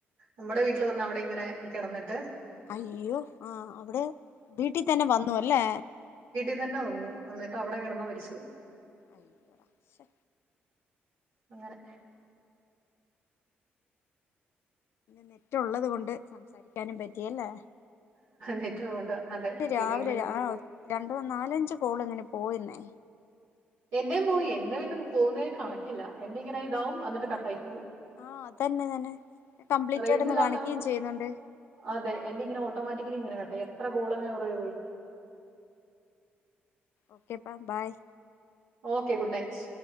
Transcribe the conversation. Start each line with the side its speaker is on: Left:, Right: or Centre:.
Right: നമ്മുടെ വീട്ടിൽ വന്ന് അവിടെ ഇങ്ങനെ കിടന്നിട്ട്
Left: അയ്യോ ആഹ അവിടെ വീട്ടിൽ തന്നെ വന്നു അല്ലേ?
Right: ഇത് തന്നെ വന്നു എന്നിട്ട് അവിടെ കിടന്നാ മരിച്ചു.
Left: അയ്യോടാ ക്ഷെ
Right: അങ്ങനെ
Left: പിറ്റ ഉള്ളത് കൊണ്ട് സംസാരിക്കാനും പറ്റിയല്ലേ
Right: നെറ്റുള്ളോണ്ട് അതെ
Left: എന്റെ രാവിലെ
Right: ഇല്ലെങ്കി പിന്നെ
Left: ആ രണ്ടോനാലഞ്ച് കോളങ്ങനെ പോയന്നേ
Right: എന്റെേയും പോയി. എന്റെ പിന്നെ പോകുന്നതിന് കണക്കില്ല. എന്റെ ഇങ്ങനെ ഇതാവും അന്നിട്ട് കട്ടായി പോകും.
Left: ആഹ അതന്നെ തന്നെ, കംപ്ലീറ്റ്
Right: റേഞ്ച്ല്ലാത്ത
Left: ആയിട്ടൊന്ന് കാണിക്കുകയും ചെയ്യുന്നുണ്ട്
Right: അതെ എന്റെ ഇങ്ങനെ ഓട്ടോമാറ്റിക്കലി ഇങ്ങനെ എത്ര കൂളിങ്ങനെ വെറുതേപോയി.
Left: ഓക്കെ അപ്പ ബായി.
Right: Okay goodnights.